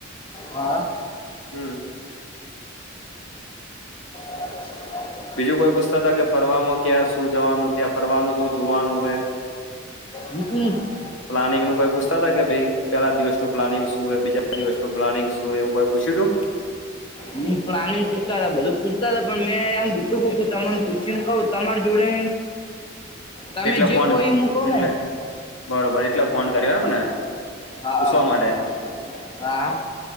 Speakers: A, on the left (about 25°); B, on the left (about 80°).
A: હા.
B: હમ.
A: બ. <inaudible>
B: બીજું કોઈ પુતા હતા કે ફરવાવામાં ક્યાં શું જવાનું ત્યાં ફરવાનું શું જોવાનું હોય.
A: હ હમ. <unintelligible>
B: પ્લાનિંગ નું કોઈ પૂછતા હતા કે ભાઈ? પેલા દિવસનું પ્લાનિંગ શું હોય બીજા દિવસનું પ્લાિંગ શું હો એવુંઈ પૂછ્યું છું?
A: હ પ્લાનિંગ પૂછતા હતા બધું પૂછતા હતા પણ મેં એમ કીતું કક તમને પૂછને ક તમારી જોડે તમે
B: એટલે
A: જે
B: ફોન
A: કોઈ હું કહું
B: એટલે
A: ને
B: બરોબર એટલે ફોન કર્યો એમને,
A: હા
B: પૂછવા માટે?
A: હા